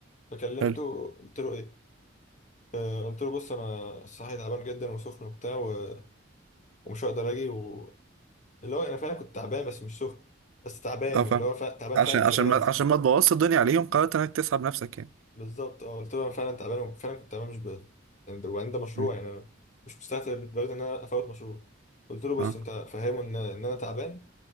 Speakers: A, on the left; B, on the right.
A: فكلمته
B: حلو
A: قلت له ايه آه، قلت له بص انا صحي تعبان جدا وسخن وبتاع و... ومش هقدر اجي و... اللي هو انا فعلا كنت تعبان بس مش سخن بس تعبان
B: اه فاهم
A: اللي هو ف... تعبان
B: عشان
A: فعلا مش
B: عشان
A: قادر
B: ما
A: انزل
B: عشان ما تبوظش الدنيا عليهم قررت انك تسحب نفسك يعني
A: بالظبط اه قلت له انا فعلا تعبان وفعلا كنت تعبان مش بقدر يعني ده وبعدين ده مشروع
B: مم.
A: يعني انا مش مستعجل لدرجه ان انا افوت مشروع قلت له بص
B: اه
A: انت فهمه ان ان انا تعبان